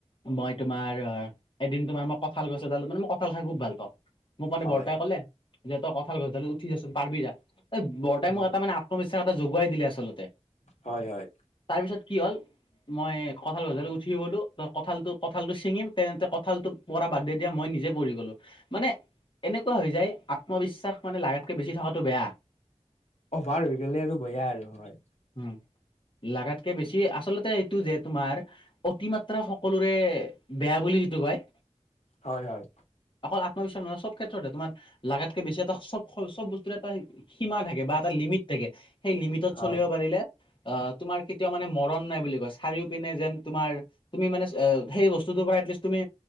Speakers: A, on the left; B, on the left.
A: মই তোমাৰ এদিন তোমাৰ মই কঁঠাল গছ এডাল মে মই কঁঠাল খাই খুব ভাল পাওঁ মোক মানে
B: হয়
A: বৰ্তাই কলে যে তই কঠাল কঠাল উঠি যাচোন পাৰিবি যা এই বৰ্তাই
B: উম
A: মোক এটা মে আত্ম এটা যগুৱাই দিলে আচলতে
B: হয় হয়
A: তাৰ পিছত কি হ'ল মই কঁঠাল গছালি উঠি গলো ত কঁঠালটো কঁঠালটো চিঙিম তেনেতে কঁঠালটোোক পৰা বাদ দি দিয়াম মই নিজে পঢ়ি গলো মানে এনেকুৱা হৈ যায় আত্মবিশ্বাস মানে লাগাতকে বেছি থকাাতটো বেয়া
B: অভাৰ হৈ গলে আৰু বেয়া আৰু হয়
A: উম লাগাতকে বেছি আচলতে এইটো যে তোমাৰ অতিমাত্ৰা সকলোৰে বেয়া বুলি কিটো কাই
B: হয় হয়
A: অকল আত্মবিশ্বাস নহ চব ক্ষেত্ৰতে তোমাৰ লাগাতকে বেছি এটা চব চব বস্তুৰে এটা সীমা থাকে বা এটা লিমিট থাকে সেই লিমিটত
B: হয়
A: চলিব পাৰিলে অ', তোমাৰ কেতিয়াও মানে মৰণ নাই বুলি কয় চাৰিও পিনে যেন তোমাৰ তুমি মানে সেই বস্তু তুমি